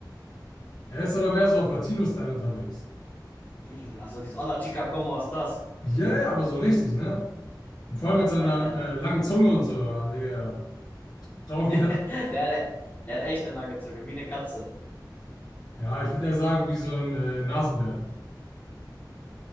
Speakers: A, on the left; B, on the left.
A: Er ist aber mehr so auf Latino-Style unterwegs.
B: <laughs> Also dieses Hola Chica, ¿cómo estás?
A: Ja, ja, aber so richtig, ne? Und vor allem
B: Da,
A: mit seiner
B: da, da,
A: äh,
B: da,
A: langen Zunge und so. Ja, ja. Traum jeder.
B: <laughs> Der, hat- der hat echt eine lange Zunge, wie eine Katze.
A: Ja, ich würde eher sagen, wie so ein äh, Nasenbär.